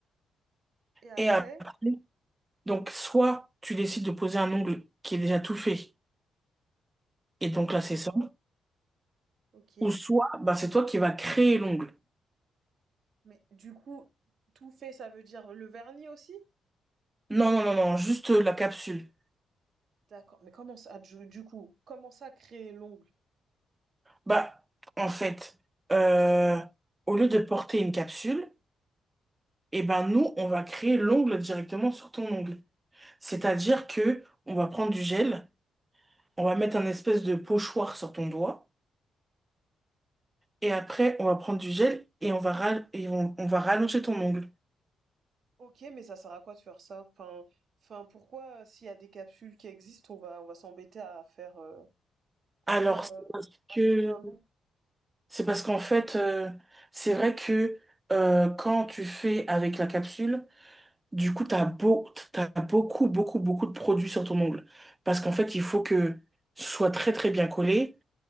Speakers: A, on the right; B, on the right.
A: et après,
B: Et après, donc soit tu décides de poser un ongle qui est déjà tout fait, et donc
A: d'accord,
B: là c'est ça.
A: ok.
B: Ou soit, bah, c'est toi qui vas créer l'ongle.
A: Mais du coup, tout fait, ça veut dire le vernis aussi?
B: Non, non, non, non, juste euh, la capsule.
A: D'accord. Mais comment ça, du, du coup, comment ça créer l'ongle?
B: Bah, en fait, euh, au lieu de porter une capsule, eh ben nous, on va créer l'ongle directement sur ton ongle. C'est-à-dire que on va prendre du gel, on va mettre un espèce de pochoir sur ton doigt, et après, on va prendre du gel et on va ral- et on, on va rallonger ton ongle.
A: OK, mais ça sert à quoi de faire ça? Enfin, enfin, pourquoi, euh, s'il y a des capsules qui existent, on va, on va s'embêter à faire, euh, à
B: Alors,
A: faire,
B: c'est
A: euh,
B: parce
A: à
B: que
A: créer un nom.
B: c'est parce qu'en fait, euh, c'est vrai que euh, quand tu fais avec la capsule, Du coup, t'as beau, t'as beaucoup, beaucoup, beaucoup de produits sur ton ongle. Parce qu'en fait, il faut que ce soit très, très bien collé.